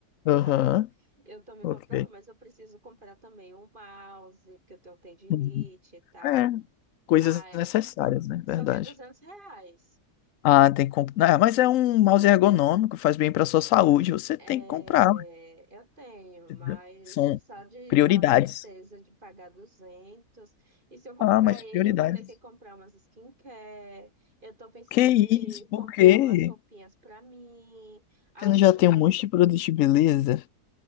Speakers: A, on the left (about 65°); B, on the right (about 30°).
A: Aham,
B: tá? Eu tô me
A: ok.
B: controlando, mas eu preciso comprar também um mouse, porque eu tenho tendinite
A: Uhum.
B: e tal.
A: É, coisas
B: Ai,
A: necessárias, né? Verdade.
B: só que é 200 reais.
A: Ah, tem que comprar. mas é um mouse ergonômico, faz bem pra sua saúde. Você
B: É,
A: tem que comprar, ué,
B: eu tenho,
A: entendeu?
B: mas
A: São
B: só de
A: prioridades.
B: dar uma tristeza de pagar 200. E se eu comprar
A: Ah, mas
B: ele,
A: prioridades.
B: eu vou ter que comprar umas skincare. Eu tô pensando
A: Que isso?
B: em comprar
A: Por quê?
B: umas roupinhas pra mim. Ah,
A: Você não
B: eu
A: já
B: tô pensando,
A: tem um monte de produto de beleza?